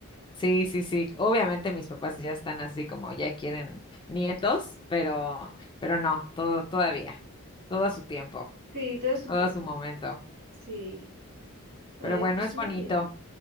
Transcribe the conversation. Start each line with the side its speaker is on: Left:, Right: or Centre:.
Left: sí, sí, sí. Obviamente mis papás ya están así como ya quieren nietos, pero, pero no, todo, todavía, todo a su tiempo.
Right: Sí, todo su
Left: Todo
Right: tiempo.
Left: a su momento.
Right: Sí. Ay,
Left: Pero bueno,
Right: pues
Left: es
Right: muy
Left: bonito.
Right: bien.